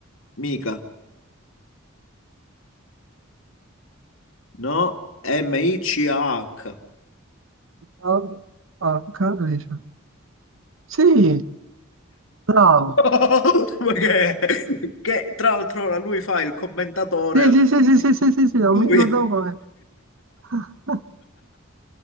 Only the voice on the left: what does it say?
Mica. No, M-I-C-A-H.
No, perché che, tra l'altro ora lui fa il commentatore.
Lui.